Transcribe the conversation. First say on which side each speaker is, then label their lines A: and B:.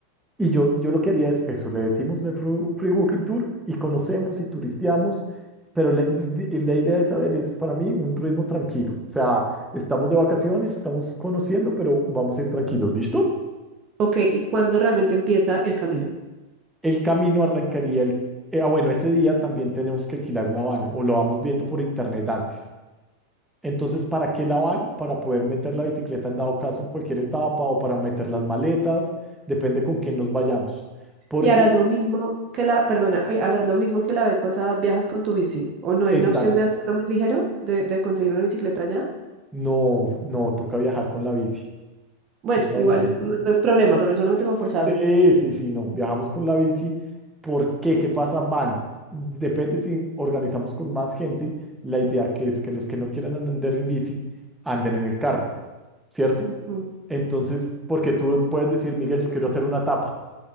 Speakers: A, in the centre; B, on the right.
A: Y yo, yo lo que haría es eso, le decimos de Free, Free Walking Tour y conocemos y turisteamos, pero la, la idea de saber es para mí un ritmo tranquilo. O sea, estamos de vacaciones, estamos conociendo, pero vamos a ir tranquilos, ¿listo?
B: ok. ¿Y cuándo realmente empieza el camino?
A: El camino arrancaría el... s- eh, ah, bueno, ese día también tenemos que alquilar una van o lo vamos viendo por internet antes. Entonces, ¿para qué la van? Para poder meter la bicicleta en dado caso en cualquier etapa o para meter las maletas, depende con quién nos vayamos. Porque,
B: Y harás lo mismo que la, perdona, ay, harás lo mismo que la vez pasada, viajas con tu bici. ¿O no hay
A: exacto,
B: una opción de hacerlo más ligero, de, de conseguir una bicicleta allá?
A: no, no, toca viajar con la bici.
B: Bueno,
A: Toca
B: igual
A: viajar
B: es,
A: con
B: no,
A: la bici.
B: no es problema, pero solamente como por saberlo.
A: Sí, sí, sí, no, viajamos con la bici. ¿Por qué? ¿Qué pasa? Van. Depende si organizamos con más gente. La idea que es que los que no quieran andar en bici anden en el carro. ¿cierto?
B: Ujú.
A: Entonces, porque tú puedes decir, Miguel, yo quiero hacer una etapa